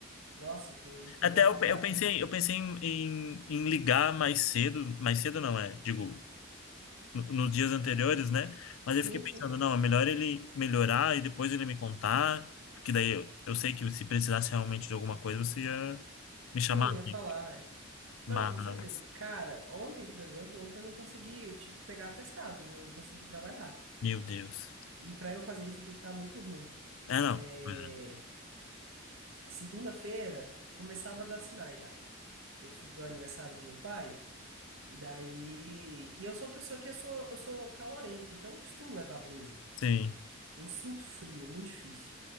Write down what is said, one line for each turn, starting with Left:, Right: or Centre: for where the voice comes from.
Right: Nossa, foi, foi
Left: Até
Right: complicado.
Left: eu, pe- eu pensei, eu pensei em, em- em ligar mais cedo, mais cedo não é, digo, no- nos dias anteriores, né? Mas
Right: Sim,
Left: eu fiquei pensando,
Right: sim.
Left: não, é melhor ele melhorar e depois ele me contar, porque daí eu, eu sei que se precisasse realmente de alguma coisa, você ia me
Right: Sim,
Left: chamar.
Right: eu ia falar,
Left: né?
Right: é.
Left: Mas,
Right: Não, com certeza. Cara, ontem, por exemplo, ontem eu não consegui, eu tive que pegar atestado, não consegui trabalhar.
Left: meu Deus.
Right: E pra eu fazer isso, eu tenho que estar muito ruim.
Left: É, não.
Right: É...
Left: Pois é.
Right: Segunda-feira, começava a dar sinais já. Que eu fui pro aniversário do meu pai. E daí. E eu sou uma pessoa que eu sou, eu sou calorento, então eu não costumo levar blusa.
Left: Sim.
Right: Não sinto frio, é muito difícil.